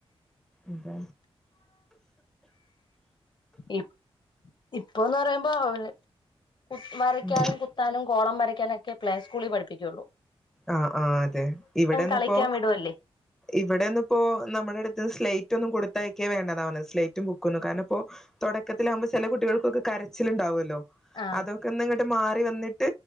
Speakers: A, in the centre; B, on the left (about 50°).
A: അത
B: ഇപ് ഇപ്പം ന്ന് പറയുമ്പോ അവല് കു വരയ്ക്കാനും
A: ഉം
B: കുത്താനും ഗോളം വരയ്ക്കാനൊക്കെ പ്ലേക്സ്കൂളിൽ പഠിപ്പിക്കയുള്ളൂ
A: ആ ആഹ് അതെ ഇവിടെന്നിപ്പോ
B: കളിക്കാൻ വിടുവല്ലേ
A: ഇവിടെന്നിപ്പോ നമ്മുടെ അടുത്ത് സ്ലൈ റ്റൊന്നും കൊടുത്തയക്കേ വേണ്ടന്നാ പറഞേസ്ലേറ്റും ബുക്കൊന്നും കാരണം ഇപ്പോൾ തൊടക്കത്തിലാവുമ്പോ ചെല കുട്ടികൾക്കൊക്കെ കരച്ചിലുണ്ടാവുല്ലോ
B: ആഹ്
A: അതൊക്കെ ഒന്ന് ഇങ്ങട്ട് മാറി വന്നി